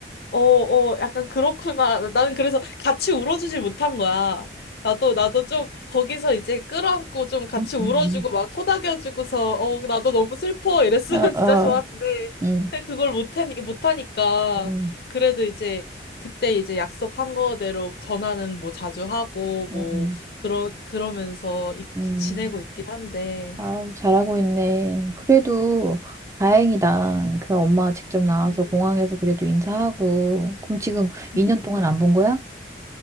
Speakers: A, on the left; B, on the right.
A: 어, 어, 약간 그렇구나. 나는 그래서 같이 울어주질 못한 거야. 나도, 나도 좀 거기서 이제 끌어안고 좀 같이
B: 음,
A: 울어주고
B: 음, 음.
A: 막 토닥여주고서, 어, 나도 너무 슬퍼. 이랬으면
B: 어, 어,
A: <laughs> 진짜 좋았는데.
B: 응,
A: 근데 그걸 못하니까, 못하니까.
B: 응,
A: 그래도 이제 그때 이제 약속한 거대로 전화는 뭐 자주 하고, 뭐,
B: 응,
A: 그러, 그러면서 있,
B: 응.
A: 지내고 있긴 한데.
B: 아, 잘하고 있네. 그래도 다행이다. 그 엄마가 직접 나와서
A: 음,
B: 공항에서 그래도 인사하고. 그럼 지금 2년
A: 음.
B: 동안 안 본 거야?